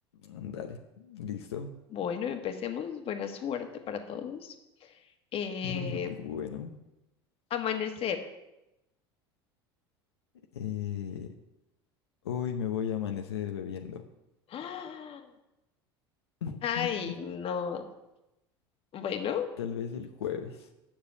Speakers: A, on the left; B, on the left.
A: Mm, Dale, listo.
B: Bueno, empecemos. Buena suerte para todos. Eh,
A: <laughs> Bueno,
B: amanecer.
A: eh, hoy me voy a amanecer bebiendo.
B: <gasps> ¡Ah!
A: <laughs>
B: Ay, no. Bueno.
A: Tal vez el jueves.